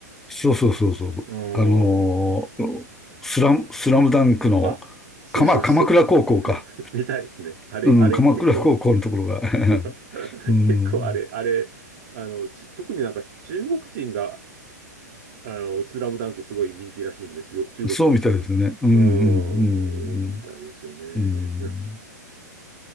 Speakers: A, in the centre; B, on the right.
A: そうそうそうそう。
B: うーん。
A: あのースラム、スラムダンクの、
B: あ、そうそうそう。
A: 鎌鎌倉高校か。
B: <laughs> 見たいですね。あれ、
A: うん、
B: あれ結構
A: 鎌倉高校のところが。<laughs>
B: <laughs>
A: うん。
B: 結構あれ、あれ、あの、ち特になんか中国人が、あの、スラムダンクすごい人気らしいんで、中国、中国の
A: そうみたいですね。うんうん
B: うん、多いみたいですよね。<laughs>
A: うんうん。うん